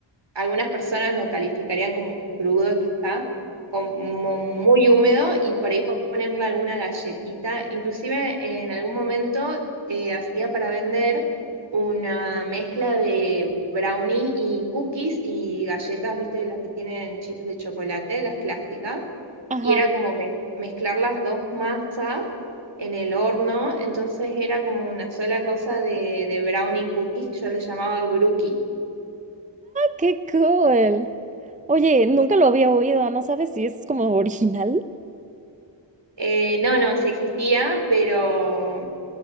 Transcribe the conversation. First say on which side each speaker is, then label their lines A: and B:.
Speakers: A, on the right; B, on the right.
A: algunas personas lo calificarían como crudo quizá, como muy húmedo y por ahí ponerle alguna galletita. Inclusive en algún momento eh, hacía para vender una mezcla de brownie y cookies y galletas, viste, las que tienen chips de chocolate, las clásicas,
B: Ajá.
A: y era como me- mezclar las dos masas en el horno, entonces era como una sola cosa de, de brownie cookies, yo le llamaba brookies.
B: ¡Qué cool! Oye, nunca lo había oído, ¿no sabes si es como original?
A: Eh, no, no, sí existía, pero,